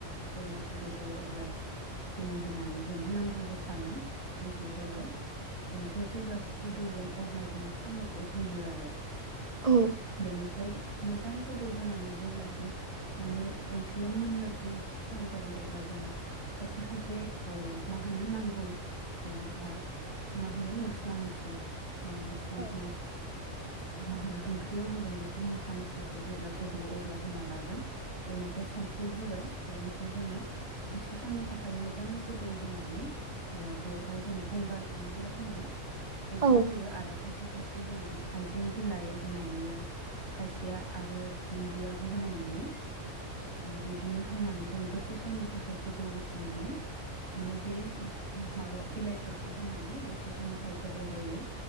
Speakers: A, on the right; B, on the right.
A: जेब्ला गुरै जायो अब्ला दै होनानै जोङो नांगौ जखानि दैखौ होबाय बेनिफ्राय जेब्ला गोदौगोन अब्ला जोङो साम'खौ होयो आरो
B: औ
A: बेनिफ्राय मोजां गोदौ होनोनानै जेब्लासिम माने ओंख्रिया मोननोसै सम जायो अब्ला जोङो खायसे खायसे मा होनो नांगौ जेनेबा मा होनगोन मस्ला मसलि जों जिहेथु
B: औ
A: मा होनो ओंख्रियाव होगोन बे बेफोर मस्ला मस्लिखौ जेब्ला गोदौ अब्ला होना ला बेनिफ्राय संख्रि होबाय बेनिफ्राय जोङो दसे समनि थाखाय मोजांनो गोदौ होनानै बेवहाय जों गंगार दुन्दिया होनोना बेखौ
B: औ
A: होयो आरो खायसे खायसे से जों हायजें बिलाइ होनाय नुयो खायसेया आरो दुन्दियाबो होनाय नुयो ओ बिदिनो होनानै जों दसे समनि थाखाय गोदौ होफिनानै माने बे माबा बिलाइ फोरखौ होनानै दसे समनि थाखाय गोदौहोयो